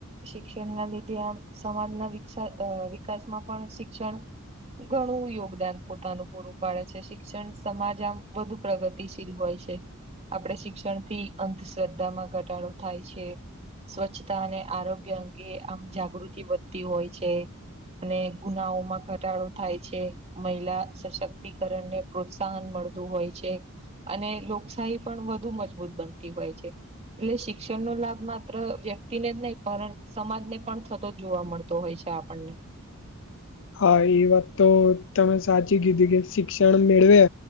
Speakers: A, on the right (about 30°); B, on the left (about 60°).
A: શિક્ષણ ના લીધે આમ સમાજના વિક વિકાસમાં પણ શિક્ષણ ઘણું યોગદાન પોતાનું પૂરું પાડે છે શિક્ષણ સમાજ આમ વધુ પ્રગતિ ગતિશીલ હોય છે આપણે શિક્ષણ થી અંધશ્રદ્ધામાં ઘટાડો થાય છે સ્વચ્છતા અને આરોગ્ય અંગે આમ જાગૃતિ વધતી હોય છે અને ગુનાઓ માં ઘટાડો થાય છે મહિલા સશક્તિકરણ ને પ્રોત્સાહન મળતું હોય છે અને લોકશાહી પણ વધુ મજબૂત બનતી હોય છે એટલે શિક્ષણ નો લાભ માત્ર વ્યક્તિને જ નહી પણ સમાજ ને પણ થતો જ જોવા મળતો હોય છે આપણને
B: હા એ વાત તો તમે સાચી કીધી કે શિક્ષણ મેળવે